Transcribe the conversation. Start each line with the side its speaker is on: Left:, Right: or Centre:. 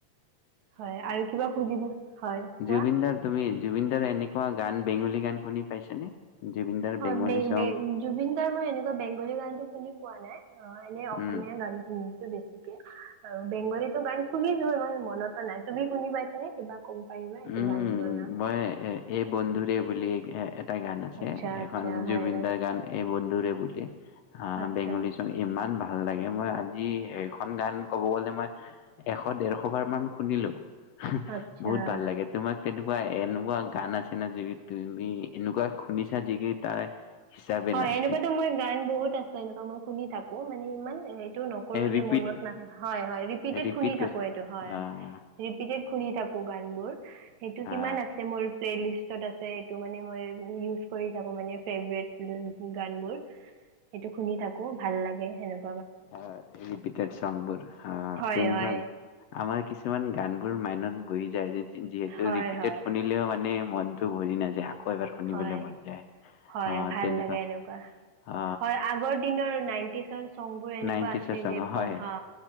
Right: হয়। আৰু কিবা খুজিব, হয়।
Left: জুবিন
Right: কোৱা
Left: দাৰ তুমি জুবিন দাৰ এনেকুৱা গান, বেংগলী গান শুনি পাইছানে? জুবিন দাৰ
Right: হয়
Left: বেংগলী চং
Right: জুবিন দাৰ মই এনেকুৱা বেংগলী গানটো শুনি পোৱা নাই, এনে অসমীয়া
Left: উম
Right: গান শুনো বেছিকে। আৰু বেংগলীতো গান শুনিছিলো, মোৰ মনতো নাই তুমি শুনি পাইছা নে? কিবা ক'ব পাৰিবা এইটো
Left: উম
Right: গানৰ নাম
Left: মই এই বন্ধুৰে বুলি এ এটা গান আছে
Right: আচ্ছা
Left: সেইখন
Right: আচ্ছা
Left: জুবিন
Right: হয় হয়
Left: দাৰ গান এই বন্ধু ধৌৰে বুলি। আহ
Right: আচ্ছা
Left: বেংগলী চং ইমান ভাল ভাল লাগে মই আজি এখন গান ক'ব গলে মই এশ ডৰশ বাৰ মান শুনিলো। হ
Right: আচ্ছা
Left: ও বহুত ভাল লাগে তোমাক তেনেকুৱা এনেকুৱা গান আছে না যি তুমি এনেকুৱা শুনিছা যিকি তাৰ হিচাপে
Right: হয়
Left: নাই
Right: এনেকুৱাতো মই গান বহুত আছে এনেকুৱা মই শুনি থাকো। আকৌ মানে ইমান একো নকৰো
Left: ৰিপিট
Right: যে মই মদ নাখা হয় হয় ৰিপিটেড
Left: ৰিপিট
Right: শুনি
Left: কৰি
Right: থাকো এইটো হয়
Left: আহ
Right: ৰিপিটেড শুনি থাকো গান বোৰ। সেইটো
Left: হা
Right: কিমান আছে মোৰ প্লে লিষ্ট চেব আছে এটো মানে মই ইউজ কৰি থাকো মানে ফেভৰেট উম গানবোৰ সেইটো শুনি থাকো। ভাল লাগে সেনুক
Left: হয় ৰিপিডেট চংগবোৰ হা
Right: হয়
Left: তেনুকা
Right: হয়
Left: আমাৰ কিছুমান গান বোৰ মাইনত বহি যায় যে যিহেতু
Right: হয়
Left: ৰিপিটেড
Right: হয়
Left: শুনিলেও মানে মনতটো ভৰি নাযায় আকৌ এবাৰ শুনিবলৈ
Right: হয়
Left: মন যায়
Right: হয়
Left: অ
Right: ভাল
Left: তেনেকুৱা
Right: লাগে এনেকুৱা
Left: অ
Right: হয় আগ দিনৰ নাইটি চনগ বোৰ এনেকুৱা
Left: নাইনটিজৰ
Right: আছে
Left: চং
Right: যে ভ
Left: হয়
Right: হা